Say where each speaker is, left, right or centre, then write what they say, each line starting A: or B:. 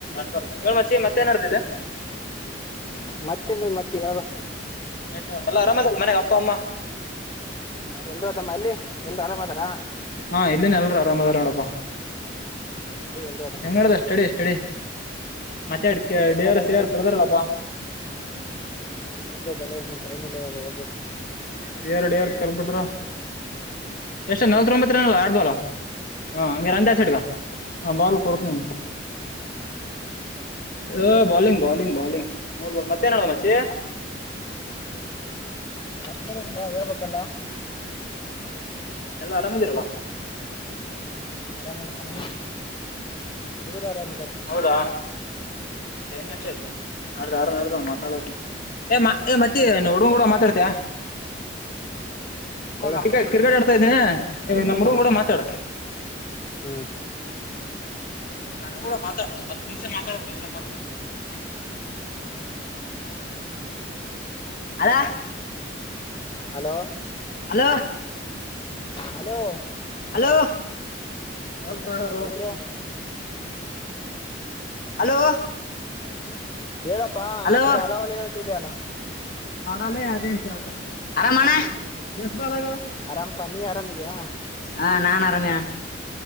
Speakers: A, on the left; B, on the left.
A: ಬರ್ ಹೇಳ್ ಮಚ್ಚಿ ಮತ್ ಏನ್ ಆಡ್ತಿದ್ಯೆ.
B: ಮತ್ತೆಂಗ ಮಚ್ಚಿ ಹೇಳ್ಬಕ್.
A: ಎಂಟ್ನೂರ್ ಎಲ್ಲ ಆರಾಮ್ ಅದರೇನು ಮನೆಗ್ ಅಪ್ಪ ಅಮ್ಮ.
B: ಹ ಎಲ್ರೂ ಅದಮ್ಮ ಅಲ್ಲಿ ಎಲ್ರುೂ ಆರಾಮ್ ಅದಾರ.
A: ಹಾ ಇಲ್ಲಿನ್ ಎಲ್ರು ಆರಾಮ್ ಅದಾರ ನೋಡಪಾ.
B: ಇಲ್ಲಿ ಎಲ್ರೂ ಆರಾಮದ
A: ಹೆಂಗಡ್ದ ಸ್ಟಡಿ ಸ್ಟಡಿ. ಮತ್ತೆ
B: ಅಷ್ಟೆ ಸಿಂಪಲ್
A: ಡಿ ಆರ್
B: ಆಗಿ
A: ಸಿ
B: ನಡ್ದ
A: ಆರ್ ಕರ್ದಾರಲ್ಲಪ್ಪಾ
B: ಹ ಹೌದು ಹೋಗ್ಬೇಕುಲ್ಲ ಇನ್ನು ಟೈಮ್ ಇಲ್ಲ ಹೋಗ್. ಒದ್ಬೇಕ್.
A: ಸೆರ್ಡ ಏರ್ ಕರ್ಬಿಟ್ರ ಎಷ್ಟ ನಲ್ವತ್ತೋಮ್ಬತ್ತ ನಲ್ಲ ಆಡ್ ಬಾಲ್ ಹಾ ಹಂಗಾರ ಅ ಸೈಡ್ಗ ಹ ಬಾಲ್ ಕೊಡತ್ನಿ ಆ ಬಾಲಿಂಗ್ ಬಾಲಿಂಗ್ ಬಾಲಿಂಗ್ ಮೂರ್ ಬಾಲ್ ಮತ್ತೆ ಅಡ್ದೆನ್ ಮಚ್ಚಿ.
B: ಹತ್ತರೇಲ್ವಾ ಹೇಳ್ಬೇಕಲ್ಲ.
A: ಎಲ್ಲ ಆರಾಮಿದೀರಲ್ಲ.
B: ಹ್ಮ ಅರಾಮ್ ನೋಡಪ್ಪ ನಿ. ಹಡ್ಗುರು ಆರಾಮ್
A: ಹೌದಾ ಟೈಮ್ ಎಷ್ಟ ಆಯ್ತಾ. ನ ನಡ್ದರು ಮಾತಾಡ ಏ ಮಚ್ಚಿ ಹುಡ್ಗುರು ಅವ್ರ್ ಮಾತಾಡ್ತಿಯ.
B: ಕೊಡು
A: ಕ್ರಿಕೆಟ್ ಕ್ರಿಕೆಟ್ ಆಡ್ತಾ ಇದ್ದೀನಿ. ಏ ನಮ್ಡು ಮೂಡ ಮಾತಾಡ್.
B: ಹಾ.
A: ಹಣ್ಣ ಕೂಡ ಮಾತಾಡೋ ಹತ್ತು ನಿಮಿಷ ಮಾತಾಡೋ ಎಲ್ಲ ಮತ್ರ ಅದ.
B: Hello
A: hello.
B: ಹಲೋ.
A: ಹಲೋ ಲ್ತ ಹಾರೋ
B: ಹೇಳಿದ್ರು
A: ಹಲೋ
B: ಹೇಳಪ್ಪಾ
A: ಹಲೋ
B: ಬರೀ ಹಲವಲ್ಲ ಹೇಳ್ತಿದ್ಯಲ್ಲ.
A: ಅದೆ ಅದೇಂತ ಆತ ಆರಾಮಣ್ಣ ಎಷ್ಟ ಅಲ.
B: ಆರಾಮ್ಪಾ ನೀ ಆರಾಮಿದ್ಯಾ.
A: ಹಾ ನಾನ್ ಆರಮಿಯ.